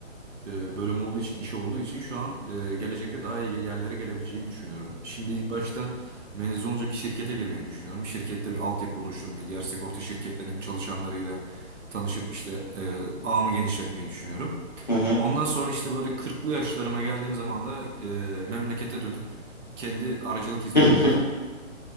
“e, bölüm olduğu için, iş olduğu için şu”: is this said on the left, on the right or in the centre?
Right